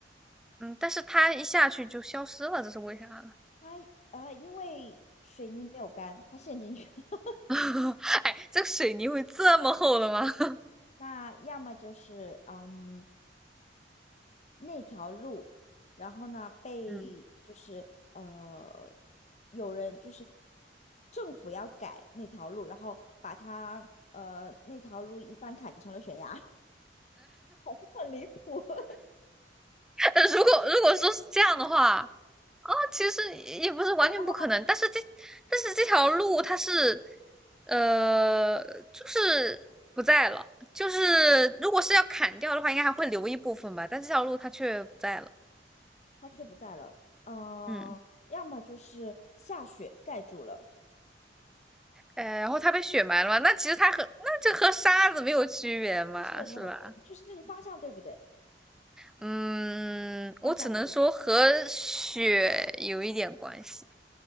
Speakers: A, in the centre; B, on the left.
A: 嗯，但是他一下去就消失了，这是为啥呢？
B: 他呃，因为水泥没有干，他陷进去了。
A: <laughs> 哎，这个水泥会这么厚的吗？<laughs>
B: <laughs> 那要么就是嗯。那条路，然后呢被就是呃
A: 嗯，
B: 有人就是政府要改那条路，然后把它呃那条路一半砍成了悬崖，<laughs> 很离谱。<laughs>
A: 呃如果如果说是这样的话，其实也不是完全不可能，
B: 然后
A: 但是这但是这条路它是呃，就是不在了，就是如果是要砍掉的话，应该还会留一部分吧，但这条路它却不在了，
B: 它却不在了，嗯、
A: 嗯。
B: 要么就是下雪盖住了，
A: 哎，然后它被雪埋了嘛？那其实它和那这和沙子没有区别嘛，
B: 但是也没有的，
A: 是吧？
B: 就是这个方向对不对？
A: 嗯，
B: 方向不对。
A: 我只能说和雪有一点关系。